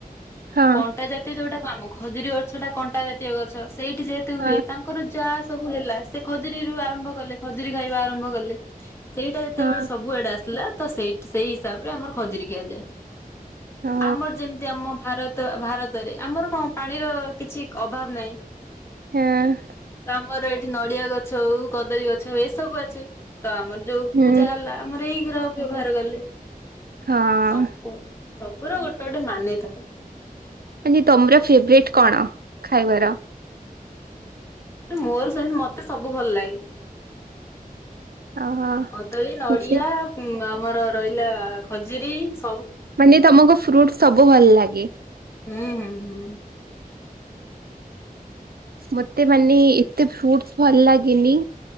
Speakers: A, on the right; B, on the left.
A: ହଁ।
B: କଣ୍ଟା ଜାତୀୟ ଯୋଉଟା କୁ ଆମ ଖଜୁରୀ ଗଛଟା କଣ୍ଟା ଜାତୀୟ ଗଛ ସେଇଠି ଯେହେତୁ
A: ହଁ
B: ହୁଏ ତାଙ୍କର ଯାହା ସବୁ ହେଲା ସେ। ଖଜୁରୀରୁ ଆରମ୍ଭ କଲେ ଖଜୁରୀ ଖାଇବା ଆରମ୍ଭ କଲେ। ସେଇଟା ଯେତେବେଳେ
A: ହଁ
B: ସବୁଆଡେ ଆସିଲା ତ ସେଇଟ ସେଇ ହିସାବ ରେ ଆମର ଖଜୁର ଖୀଆଯାଏ।
A: ହଁ
B: ଆମର ଯେମିତି ଆମ ଭାରତ ଭାର ତରେ ଆମର କଣ ପାଣିର କିଛି ଅଭାବ ନାହିଁ।
A: ହଁ।
B: ତ ଆମର ଏଇଠି ନଡିଆ ଗଛ ହଉ କଦଳୀ ଗଛ ଏସବୁ ଅଛି ତ ଆମର ଯୋଉ
A: ହୁଁ
B: ପୂଜା ହେଲା। ଆମର ଏଇ ବ୍ୟବହାର କଲେ
A: ହଁ
B: ସବୁ ସବୁର ଗୋଟେ ଗୋଟେ ମାନିଥାଏ।
A: ଆ ତମର ଫେବରଟ କଣ ଖାଇବାର?
B: ଆରେ ମୋର ସେ ମତେ ସବୁ ଭଲ ଲାଗେ।
A: ଓହୋ
B: କଦଳୀ, ନଡିଆ
A: ମତେ
B: ଆମର ରହିଲା ଖଜୁରୀ- -
A: ମାନେ ତମକୁ ଫ୍ରୁଟ ସବୁ ଭଲ ଲାଗେ।
B: ହୁଁ ହୁଁ ହୁଁ
A: ମତେ ମାନେ ଏତେ ଫ୍ରୁଟ ଭଲ ଲାଗେନି?